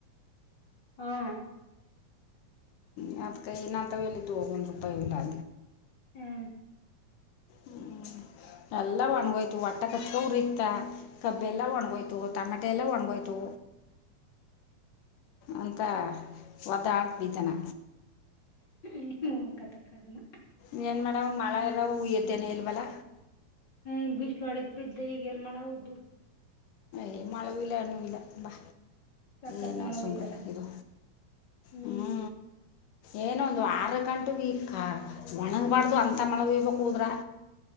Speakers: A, on the left (about 30°); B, on the left (about 70°).
A: ಹಾ
B: ಯ ಕೈ ನಂತವೆಲಿತ್ತು ಹೋಗ ಒಂದು ರೂಪಾಯಿ ಉಲ್ಲ ಆ
A: ಹ್ಮ್
B: ಹ್ಮ್ ಎಲ್ಲ ಒಣಗೋಯ್ತು ಒಟ್ಟ ಕಟ್ಟ ಹೂ ರೀ ಇತ್ತ ಕಬ್ಬೆ ಎಲ್ಲ ಒಣ್ಗೋಯ್ತ ಹೂ ತಟಮಾಟೆ ಎಲ್ಲ ಒಣಗೋಯ್ತು ಅಂತ ಒದ ಆ ಬಿದ್ದಾನ
A: ಅಯ್ಯೋ ಕಥ ಕರ್ಮ
B: ಇ ಏನ್ ಮಾಡೇಡ ಮಳೆ ಎಲ್ಲ ಹುಯ್ಯುತ್ತೇನೆ ಇಲ್ವಲ್ಲ
A: ಹ ಬಿಸಿಲು ಅಡ ಬಿಿದ್ದೆ ಈಗ ಎಲ್ ಮಳ ಹೋದು
B: ಯ ಮಳವಲ ಅ್ಣ ಇಲ ಬಾ
A: ಸಖತ್
B: ಏನ
A: ಮಳೆ
B: ಸುಮ್ಮನೆ
A: ಹೋಯ್ತದ
B: ಇದು
A: ಹ್ಮ್
B: ಹ್ಞೂ ಏನೋ ಒಂದು ಆರು ಗಂಟೆಗೆ ಕ ಒಣಗಬಾರ್ದು ಅಂಥ ಮೊಳಗಯ್ಬೇಕ ಹದ್ರೆ